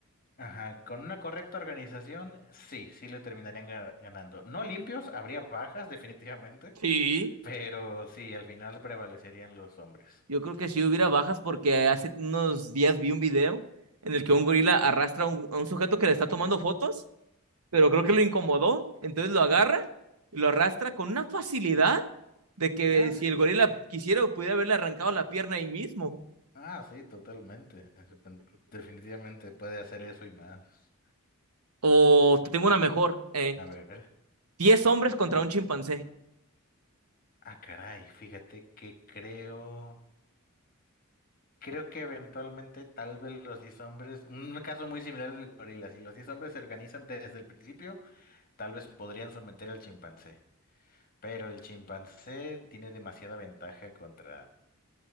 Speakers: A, on the left (about 40°); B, on the right (about 80°).
A: ajá, con una correcta organización, sí, sí le terminarían ga- ganando. No limpios, habría bajas, <laughs> definitivamente,
B: Sí,
A: pero sí, al final prevalecerían los hombres.
B: yo creo que sí hubiera bajas porque hace unos días vi un video en el que un gorila arrastra a un, a un sujeto que le está tomando fotos, pero creo que lo incomodó, entonces lo agarra y lo arrastra con una facilidad de que
A: Ah,
B: si
A: sí,
B: el gorila
A: sí, sí.
B: quisiera, pudiera haberle arrancado la pierna ahí mismo.
A: Ah, sí, totalmente. Definitivamente puede hacer eso y más.
B: O te tengo una mejor. Eh,
A: A ver.
B: 10 hombres contra un chimpancé.
A: Ah, caray, fíjate que creo, creo que eventualmente tal vez los 10 hombres, un caso muy similar del gorila, si los 10 hombres se organizan desde el principio, tal vez podrían someter al chimpancé, pero el chimpancé tiene demasiada ventaja contra